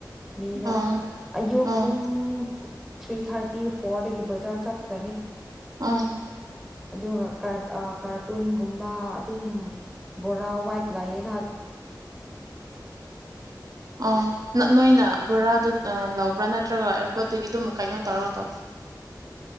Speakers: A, in the centre; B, on the right.
A: ꯃꯤꯗ
B: ꯑꯣ
A: ꯑꯌꯨꯛ
B: ꯑꯣ
A: ꯄꯨꯡ ꯊ꯭ꯔꯤ ꯊꯥꯔ ꯇꯤ ꯐꯣꯔꯗꯒꯤ ꯕꯥꯖꯔ ꯆꯠ ꯇꯔꯥꯅꯤ
B: ꯑꯝ
A: ꯑꯗꯨꯒ ꯀ꯭ꯔꯠ ꯑ ꯀꯥꯔꯇꯨꯟꯒꯨꯝꯕ ꯑꯗꯨꯝ ꯕꯣꯔꯥ ꯋꯥꯏꯠ ꯄ꯭ꯂꯥꯌꯦꯠ
B: ꯑꯝ ꯅꯠ ꯅꯣꯏꯅ ꯕꯣꯔꯥꯗꯣ ꯑ ꯂꯥꯎꯕ꯭ꯔꯥꯅꯠ ꯅꯠꯇ꯭ꯔꯒ ꯑꯦꯌꯥꯔꯄꯣꯔꯠꯇꯒꯤ ꯑꯗꯨꯝ ꯀꯥꯏꯅꯣ ꯇꯧꯔꯒ ꯇꯧ